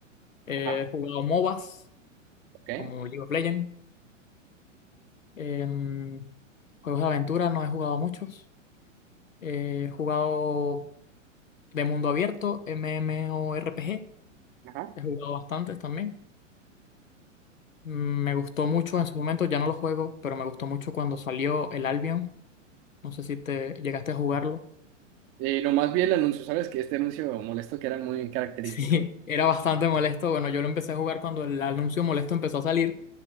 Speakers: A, on the left (about 85°); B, on the right (about 35°).
A: He
B: ajá,
A: jugado MOBAs,
B: ok,
A: como League of Legends. Em, juegos de aventura no he jugado muchos. He jugado de mundo abierto, MMORPG.
B: ajá.
A: He jugado bastantes también. Mm, Me gustó mucho en su momento, ya no lo juego, pero me gustó mucho cuando salió el Albion. No sé si te llegaste a jugarlo.
B: Eh, nomás vi el anuncio, ¿sabes? Que este anuncio molesto que era muy característico.
A: Sí, era bastante molesto. Bueno, yo lo empecé a jugar cuando el anuncio molesto empezó a salir.